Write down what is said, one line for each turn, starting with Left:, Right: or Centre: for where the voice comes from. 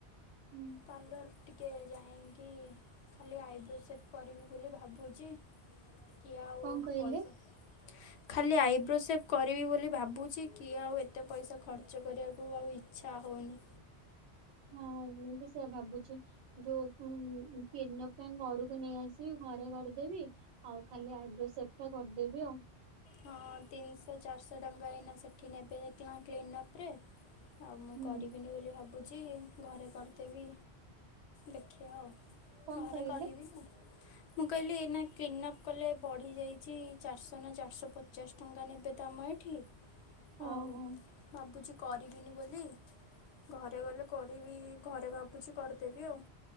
Right: ହୁଁ
Left: ପାର୍ଲର ଟିକେ ଯାଇଁକି ଖାଲି ଆଇବ୍ରୋ ସେଭ୍ କରିବି ବୋଲି ଭାବୁଛି, କିଏ ଆଉ
Right: କଣ କହିଲେ
Left: ପଇସା ଖାଲି ଆଇବ୍ରୋ ସେଭ୍ କରିବି ବୋଲି ଭାବୁଛି କିଏ ଆଉ ଏତେ ପଇସା ଖର୍ଚ୍ଚ କରିଆକୁ ଆଉ ଇଚ୍ଛା ହଉନି।
Right: ହଁ ମୁଁ ବି ସେୟା ଭାବୁଛି। ଯୋଉ ଉମ୍ ପିନ ପାଇଁ ଘରକୁ ନେଇ ଆସିବି ଘରେ କରିଦେବି। ଆଉ ଖାଲି ଆଇବ୍ରୋ ସେଭ୍ ଟା କରିଦେବି ଆଉ।
Left: ହଁ ତିନିଶହ ଚାରିଶହ ଟଙ୍କା ଏଇନା ସେଠି ନେବେ କ୍ଲିନ୍ କ୍ଲିନ୍ଅପରେ। ଆଉ ମୁଁ
Right: ହୁଁ
Left: କରିବିନି ବୋଲି ଭାବୁ ଛି ଘରେ କରିଦେବି, ଦେଖିଆ ଆଉ
Right: କଣ
Left: ଘରେ
Right: କହିଲେ?
Left: କରିବି ମୁଁ କହିଲି ଏଇନା କ୍ଲିନଅପ୍ କଲେ ବଢ଼ିଯାଇଛି ଚାରିଶହ ନା ଚାରିଶହ ପଚାଶ ଟଙ୍କା ନେବେ ତ ଆମ ଏଠି
Right: ହଁ
Left: ଆଉ
Right: ହଁ।
Left: ଭାବୁଚି କରିବିନି ବୋଲି ଘରେ ଗଲେ କରିବି ଘରେ ଭାବୁଚି କରିଦେବି ଆଉ।